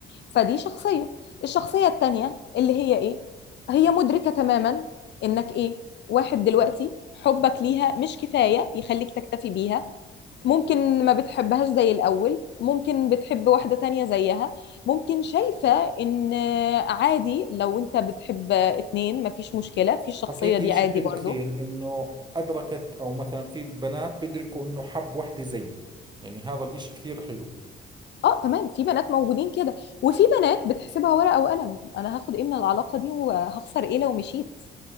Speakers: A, on the left; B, on the right.
A: فدي شخصيه الشخصيه التانيه اللي هي ايه هي مدركه تماما انك ايه واحد دلوقتي حبك ليها مش كفايه يخليك تكتفي بيها ممكن ما بتحبهاش زي الأول ممكن بتحب واحدة تانية زيها ممكن شايفة إن عادي لو أنت بتحب اتنين مفيش مشكلة في الشخصية
B: حكيتي
A: دي
B: اشي
A: عادي
B: حلو
A: برضو
B: كثير انه ادركت او مثلا في بنات بيدركوا انه حب واحدة زيي يعني هذا الاشي كثير حلو
A: اه تمام في بنات موجودين كده وفي بنات بتحسبها ورقة وقلم أنا هاخد إيه من العلاقة دي وهخسر إيه لو مشيت